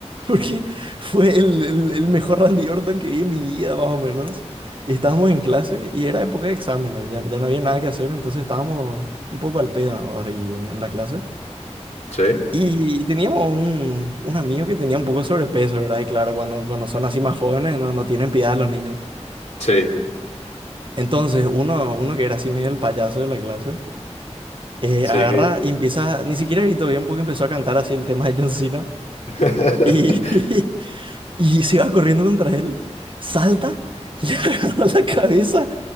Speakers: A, on the right; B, on the left.
A: porque fue el, el- el mejor Randy Orton que vi en mi vida, más o menos. Y estábamos en clase y era época de exámenes, ya, ya no había nada que hacer, entonces estábamos un poco al pedo ahí en, en la clase.
B: Sí,
A: Y teníamos un, un amigo que tenía un poco de sobrepeso, ¿verdad? Y claro, cuando, cuando son así más jóvenes no, no tienen piedad los niños.
B: sí,
A: Entonces, uno, uno que era así medio el payaso de la clase. eh,
B: sí,
A: agarra
B: ¿qué hizo?
A: y empieza, ni siquiera gritó bien porque empezó a cantar así el tema de John Cena
B: <laughs>
A: y, <laughs> y, se va corriendo contra él, salta, le <laughs> agarra la cabeza